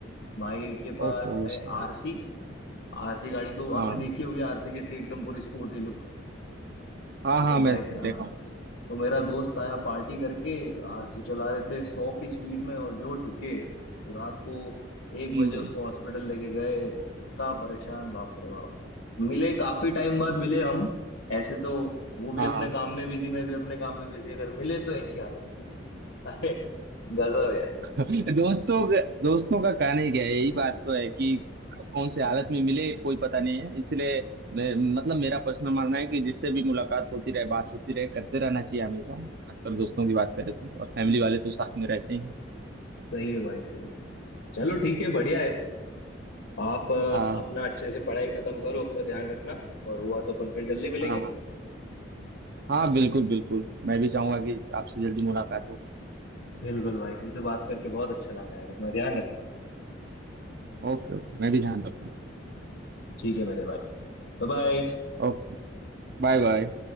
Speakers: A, on the left; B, on the right.
A: भाई के पास
B: ओहो
A: है
B: सॉरी
A: आरसी आरसी गाड़ी तो
B: हाँ
A: आपने देखी होगी आरसी कैसी एकदम पूरी स्पोर्टी लुक
B: हाँ हाँ
A: तो
B: मैं
A: भाई आ,
B: देखा हूँ
A: तो मेरा दोस्त आया पार्टी करके आरसी चला रहे थे सौ की स्पीड में और जो ठुके तो रात को एक
B: हम्म
A: बजे उसको हॉस्पिटल लेके गए इतना परेशान बाप रे बाप मिले काफी टाइम बाद मिले हम ऐसे तो वो भी
B: हाँ
A: अपने काम में बिजी मैं भी अपने काम में बिजी अगर मिले तो ऐसी हालत में मिले अरे गजब यार
B: <laughs> दोस्तों का- दोस्तों का कहना ही क्या है यही बात तो है कि कब कौन से हालत में मिले कोई पता नहीं है इसलिए मैं मतलब मेरा पर्सनल मानना है कि जिससे भी मुलाकात होती रहे बात होती रहे करते रहना चाहिए हमेशा खासकर दोस्तों की बात करें तो और फैमिली वाले तो साथ में रहते ही हैं।
A: सही है भाई सही है चलो ठीक है बढ़िया है आप अ,
B: हाँ
A: अपना अच्छे से पढ़ाई खत्म करो अपना ध्यान रखना और हुआ तो अपन फिर जल्दी मिलेंगे
B: हाँ हाँ हाँ बिल्कुल बिल्कुल मैं भी चाहूंगा कि आपसे जल्दी मुलाकात हो
A: बिल्कुल भाई तुमसे बात करके बहुत अच्छा लगा यार अपना ध्यान रखना
B: ओके ओके मैं भी ध्यान रखूंगा
A: ठीक है मेरे भाई बाय बाय
B: Okay bye bye